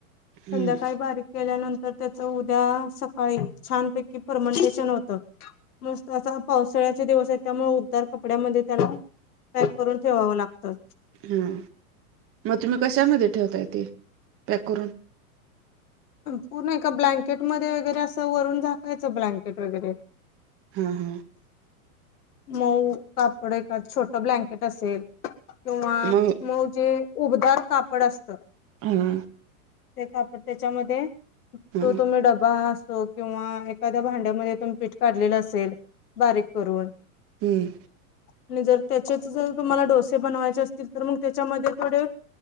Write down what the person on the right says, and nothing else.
हम्म
हा मग तुम्ही कशामध्ये ठेवताय ते पॅक करून.
हा हा.
मग
हा.
हम्म
हम्म.